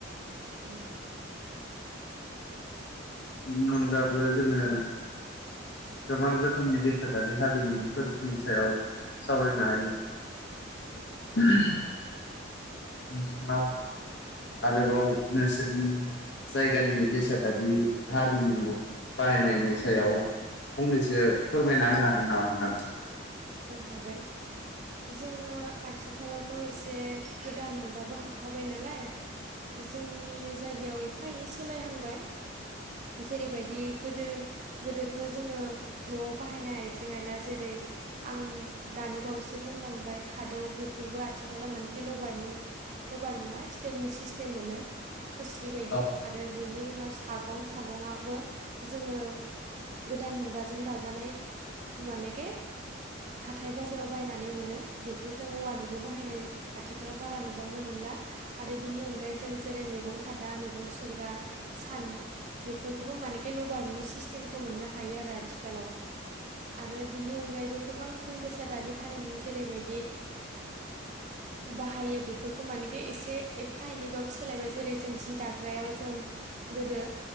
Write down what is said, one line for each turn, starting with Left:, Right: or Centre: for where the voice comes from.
Right: उम्म
Left: बिनि अन गाबो जोंङो गोबां रोखोमनि बेसादारि हारिमुनिफोरनि सायाव सावरायनो हायो। <unintelligible> नोंथाङा आरोबाव नोंसोरनि जायगानि बेसादारि हारिनि बाहायनायनि सायाव फंनैसो फोरमायना होनो हागोन नामा नोंथां
Right: हागोन जोङो आथिखालावथ' एसे गोदान मोन गाबो हाबफाबाय नालाय जोंनि जायगायाव एफा एनै सोलायहांबाय जेरैबायदि गोदो गोदोथ' जोङो न'आव बाहायनाय आइजें आइला जेरै आं दानि बावैसो बुं बुंलांबाय खादौ बेफोरबो आथिखालाव मानेखि लबारनि लबार नङा स्टलनि सिस्टेम मोनो खोस्लि
Left: नामा
Right: बायदि
Left: नोंथां?
Right: आरो बेनि उनाव सागं सागंआबो जोङो गोदान मुगाजों दाजानाय मानेखे हाथाय बाजाराव बायनानै मोनो बेखौ जों औवानिबो बायनाय आथिालाव बारा नुबांनो मोनला आरो बिनि अनगायै जों जेरै मैगं खादा मैगं सुग्रा सान बेफोरखौबो मानेखि लबारनि सिस सिस्टेमखौ मोननो हायो आरो आथिखालाव आरो बिनि अनगायैबो गोबां जों बेसादारि हारिमु जेरैबायदि
Left: <inaudible> <unintelligible>
Right: बाहायो बेफोरखौ मानेखि एसे एफा एनैबाबो सोलायबाय जेरै जों जि दाग्रायाव जों गोदो